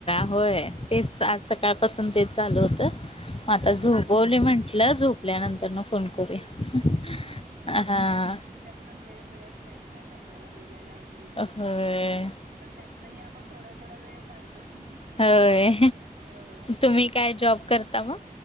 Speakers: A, on the left; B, on the right.
A: होय तेच आज सकाळपासून तेच चालू होत मग आता
B: हा
A: झोपवलोय
B: हा
A: म्हंटलं झोपल्यानंतर फो फोन करूया, अहा.
B: ह्यातन वेळ मिळत नाही मुळात आपल्याला बोलायला वगैरे एकमेकांशी
A: होय
B: पण त्यातनही आपण थोडा थोडा वेळ काढतोय.
A: होय.
B: हो.
A: तुम्ही काय जॉब करता मग?